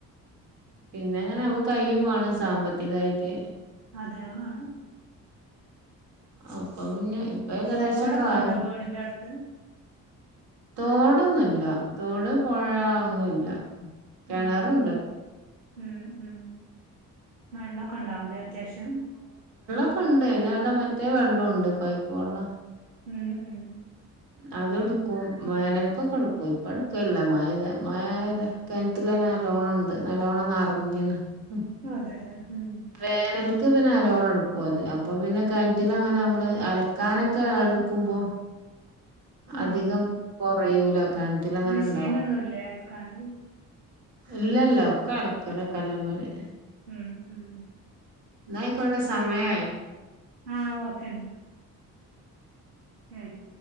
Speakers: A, on the right; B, on the right.
A: പിന്നെ അങ്ങനെ നമ്മുക്ക് കയ്യും വേണം സാമ്പത്തികമായിട്ട്.
B: അതെ അതാണ്
A: അപ്പൊ പിന്നെ ഇപ്പ ഏകദേശംക്കെ
B: തോടൊക്കെ
A: ആയി
B: ഉണ്ടോ വീടിന്റെ അടുത്ത്
A: തോടൊന്നില്ല തോട് പോഴൊന്നല്ല കിണറുണ്ട്
B: ഉം ഉം ഉം വൈള്ളൊക്കെ ഉണ്ടാവലേ അത്യാവശ്യം.
A: ഉണ്ട് പിന്നെ ഇവിടെ മറ്റേ വെള്ളംണ്ട് പൈപ്പ് വെള്ളം.
B: ഉം ഉം
A: അതെടുക്കും വേനൽക്കൊക്കെ എടുക്കും. ഇപ്പ എടുക്കല്ല മഴ മഴ കിണറ്റ നല്ലോണണ്ട് നല്ലോണംന്ന നിറഞ്ഞണ് ഉ
B: അതെല്ലേ ഉം
A: വേനൽക്ക് പിന്നെ അലോണടും അത് അപ്പൊ പിന്നെ കിണറ്റില അങ്ങനെ നമ്മള് അലക്കാനൊക്കെ എടുക്കുമ്പോ
B: ആഹ്
A: അധികം
B: ആഹ്
A: കുറയൂല കണുറ്റൽ അങ്ങനെ
B: മെഷീനൊന്നുല്ലേ
A: ഇണ്ടാ
B: അലക്കാന്
A: ഇല്ലല്ല ഒക്ക അലക്കല കല്ലമ്മല്
B: ഹം ഉം
A: ന ഹൈക്കോട്ടോ സമയ
B: ആഹ ഓക്കെന ശരി